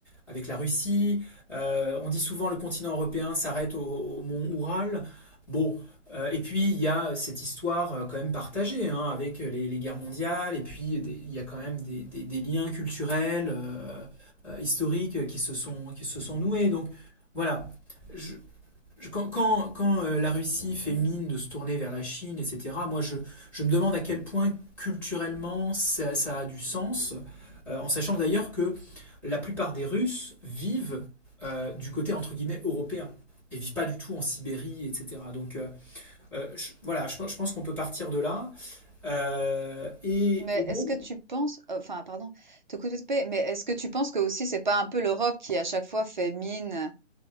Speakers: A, in the centre; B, on the right.
A: avec la Russie. Euh, on dit souvent le continent européen s'arrête au, au mont Oural. Bon, euh, et puis il y a cette histoire euh, quand même partagée hein, avec les, les guerres mondiales, et puis des- il y a quand même des, des- des liens culturels, euh, euh, historiques qui se sont, qui se sont noués. Donc voilà, je, je- quand, quand, quand, euh, la Russie fait mine de se tourner vers la Chine, etc., moi je, je me demande à quel point culturellement ça, ça a du sens, euh, en sachant d'ailleurs que la plupart des Russes vivent euh, du côté entre guillemets européen et vivent pas du tout en Sibérie, etc. Donc euh, euh, je- voilà, je, pense- je pense qu'on peut partir de là. Euh, et,
B: Mais
A: et bon,
B: est-ce que tu penses, euh, enfin, pardon, te couper, mais est-ce que tu penses que aussi c'est pas un peu l'Europe qui à chaque fois fait mine,